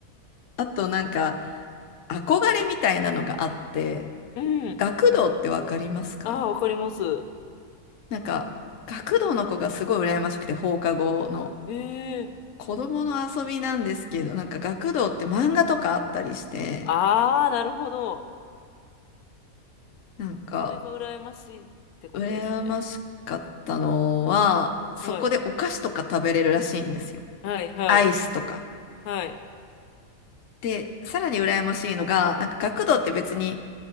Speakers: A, on the left; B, on the left.
A: あとなんか憧れみたいなのがあって、
B: うん。
A: 学童ってわかりますか
B: ああ、わかります。
A: なんか学童の子がすごい羨ましくて放課後の
B: ええ
A: 子供の遊びなんですけど、なんか学童って漫画とかあったりして、
B: ああ、なるほど。
A: なんか
B: それが羨ましいってことですね。
A: 羨ましかったのは、そこでお菓子とか食べれるらしいんですよ。
B: はい。はい、はい、
A: アイスとか。
B: はい。
A: で、さらに羨ましいのが、なんか学童って別に